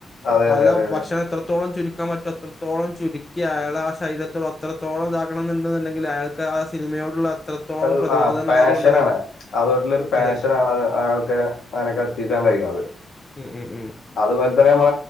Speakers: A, on the left; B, on the left.
A: അതെ
B: പല
A: അതെ അതെ അതെ
B: ഭക്ഷണം എത്രത്തോളം ചുരുക്കാൻ പറ്റും അത്ര അത്രത്തോളം ചുരുക്കി അയാൾ ആ ശരീരത്തോട് അത്രത്തോളംതാക്കണം എന്നുണ്ടെന്നുണ്ടെങ്കിൽ അയാൾക്ക് ആ സിനിമയോടുള്ള അത്രത്തോളം
A: അ
B: പ്രതിബദ്ധത
A: ആ പാഷന
B: ഉണ്ടായത് കൊണ്ട് തന്നെ
A: ആാണ് അതോൊട്ടുള്ളൊ ഒരു പാഷന
B: അതെ
A: ആാണ് ആൾക്ക് അങ്ങനെയക്കെ എത്തിക്കാൻ കഴിയും
B: ഉം ഉം ഉം
A: അതുപോലെ തന്നെ നമ്മ